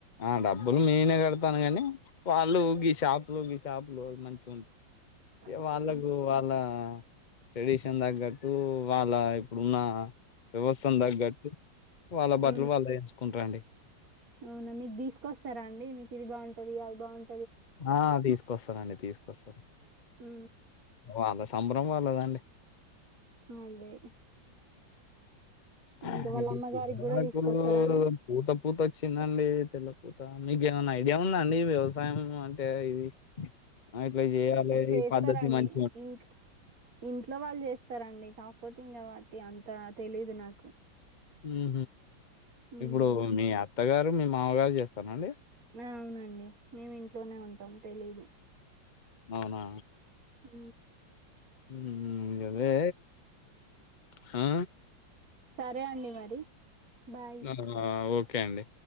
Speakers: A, on the left; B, on the right.
A: ఆ డబ్బులు నేనే కడ్ తను కాని వాళ్ళు ఈ షాపులు ఈ షాపులు మంచి
B: హ్మ్.
A: వాళ్ళకు వాళ్ళ ట్రెడిషన్ తగ్గట్టు వాళ్ళ ఇప్పుడున్న వ్యవస్థను తగ్గట్టి వాళ్ళ
B: హ్మ్.
A: బట్టలు వాళ్ళ తెచ్చుకుంటారు అండి
B: అవునా! మీకు తీసుకొస్తారా అండి? ఇది బాంటది అది బాన్
A: ఆ తీసుకొస్తనండి తీసుకొస్తా
B: ఉ
A: వాళ్ళ సంభరం వాళ్ళదండి
B: అదే
A: అ
B: ఇంకా వాళ్ళ అమ్మగారికి గూడా తీసుకొస్తారా
A: పిల్లకు
B: అండి?
A: పూత పూత వచ్చిందండి తెల్ల మీకు ఏమైనా ఐడియా ఉందా అండి వ్యవసాయం అంటే ఇది ఆ ఇట్లే జేయాల
B: చేస్తారండి.
A: ఈ పద్ధతి మన్
B: ఇంట్ ఇంట్లో వాళ్ళు చేస్తారండి కాపో వొత్తిన్ కాబట్టి అంతా తెలీదు నాకు
A: ఉ
B: హ్మ్.
A: ఇప్పుడు మీ అత్తగారు మీ మామగారు చేస్తానండి
B: అవునండి మేము ఇంట్లోనే ఉంటాం తెలీదు
A: అవునా
B: ఉ
A: ఉ గదే హా
B: సరే అండి మరి బాయ్
A: ఆ ఓకే అండి